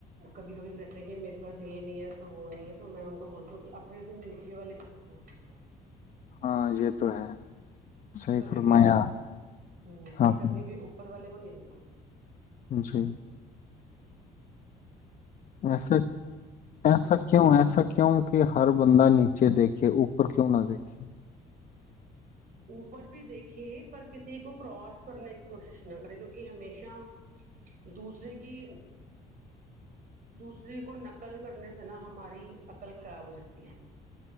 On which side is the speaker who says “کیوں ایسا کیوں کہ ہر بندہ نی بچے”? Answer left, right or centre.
Left